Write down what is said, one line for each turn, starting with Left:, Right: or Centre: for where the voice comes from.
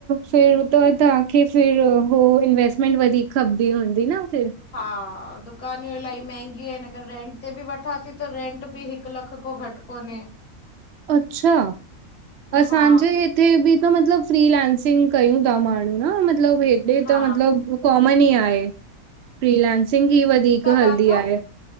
Right: फिर त तव्हांखे फिर हो इनवेस्टमेंट वधीक खपदी हूंदी न फिर,,,
Left: हा, दुकानियूं इलाही महंगियूं आहिनि, अगरि रेंट ते बि वठां ती त रेंट बि हिकु हिकु लख कों घट कोन्हे।
Right: अच्छा, असांजे
Left: हा
Right: हिते बि त मतलबु फ्रीलेंसिंग कयूं ता माण्हू न मतलबु हेॾे
Left: हा
Right: त मतलबु कॉमन ई आहे। फ्रीलेंसिंग ई वधीक
Left: तव्हां
Right: हलदी
Left: काथां?
Right: आहे,